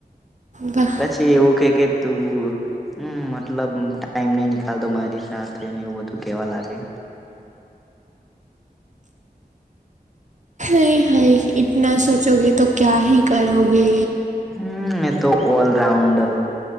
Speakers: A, on the right; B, in the centre.
A: વાહ!
B: તે એવું કે કે તું હમ મતલબ ટાઈમ નઈ નીકાલતો મારી સાથે ને એવું બધું કેવા લાગે.
A: અય હય ઈતના સોચો ગેતો ક્યાહી કરોગે.
B: હમ મેં તો ઓલરાઉન્ડર હું